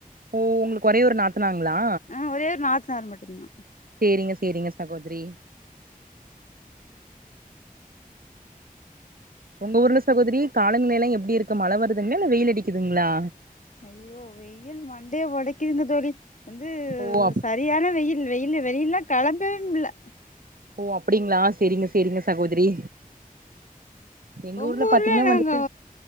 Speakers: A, on the right; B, on the left.
A: ஓ உங்களுக்கு ஒரே ஒரு நாத்தனாருங்களா
B: ஆ ஒரே ஒரு நாத்தனார் மட்டுந்தா
A: செரிங்க செரிங்க சகோதரி உங்க ஊர்ல சகோதரி கால நிலையல்ல எப்படி இருக்கு மழை வருதுங்களா இல்ல வெயில் அடிக்குதுங்களா
B: ஐயோ வெயில் மண்டைய ஒடைக்குதுங்க தோழி வந்து சரி
A: ஓ அப்
B: சரியான வெயில் வெயில் வெளியில்லல்லா கெளம்பவே முடில்ல
A: ஓ அப்படிங்களா செரிங்க செரிங்க சகோதரி எங்க
B: உங்க
A: ஊர்ல பாத்தீங்கன்னா
B: நாங்க
A: வந்துட்டு